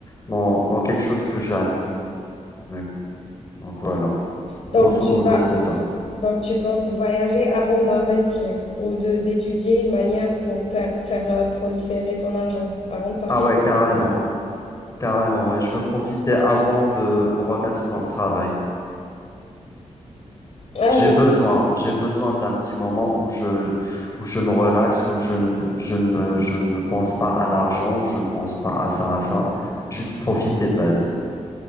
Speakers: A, on the left; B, on the left.
A: dans, dans quelque chose que j'aime. Donc, donc voilà,
B: Donc
A: grosso
B: tu
A: modo,
B: vas
A: c'est ça.
B: donc tu penses voyager avant d'investir ou de d'étudier une manière pour per- faire euh, proliférer ton argent avant de partir.
A: Ah ouais, carrément, carrément, ouais. Je veux profiter avant de me remettre dans le travail.
B: Ah
A: J'ai besoin, j'ai besoin d'un petit moment où je, où je me relaxe, où je ne, je ne, je ne pense pas à l'argent, je ne pense pas à ça, à ça, juste profiter de la vie.